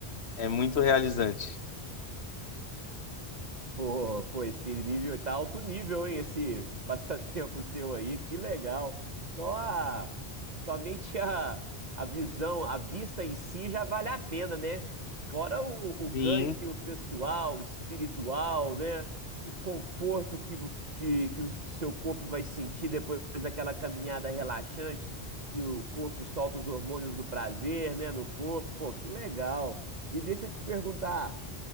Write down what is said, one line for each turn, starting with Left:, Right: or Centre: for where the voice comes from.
Left: é muito realizante.
Right: Pô, pô, esse nível tá alto nível, hein? Esse <laughs> passatempo seu aí, que legal. Só a, somente a, a visão, a vista em si já vale a pena, né? Fora o, o ganho
Left: Sim.
Right: pessoal, espiritual, né? O conforto que, vo- que, que o que seu corpo vai sentir depois daquela caminhada relaxante, que o corpo solta os hormônios do prazer, né? No corpo, pô, que legal. E deixa eu te perguntar.